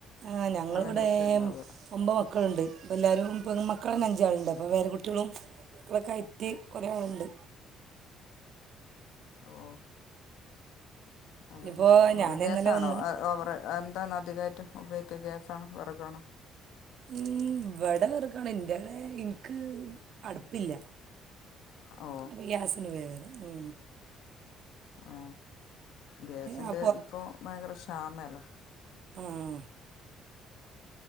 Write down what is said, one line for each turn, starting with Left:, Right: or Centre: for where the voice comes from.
Right: ആ ഞങ്ങളിവിടെ
Left: അങ്ങനെയൊക്കെ ഇണ്ടാവ
Right: ഒമ്പത് മക്കളുണ്ട് അപ്പോ എല്ലാരും പെൺമക്കളന്നെ അഞ്ചാള്ണ്ട് അപ്പോ പേര കുട്ടി ട്ട്യളും മക്കളൊക്കെ ആയിട്ട് കൊറേ ആളുണ്ട്
Left: ഓ അതന്നെ
Right: ഇപ്പോൾ
Left: ഇവി
Right: ഞാൻ
Left: ഗ്യാസാണോ
Right: ഇന്നലെ വന്ന്
Left: അ ഓവറേ എന്താണ ധികയിറ്റ് ഉപയോഗിക്കുക ഗ്യാസാണോ വേറകാണോ
Right: ഉം ഇവിടെ വെറകാണ് ഇന്റാടെ ഇൻക്ക് അടുപ്പില്ല
Left: ഓ
Right: അപ്പ ഗ്യാസന് വേഗ ഏ
Left: ആ ഗ്യാസിന്റെ
Right: ആ
Left: ഇപ്പൊ ഭയങ്കര ക്ഷാമെലേ
Right: ഉം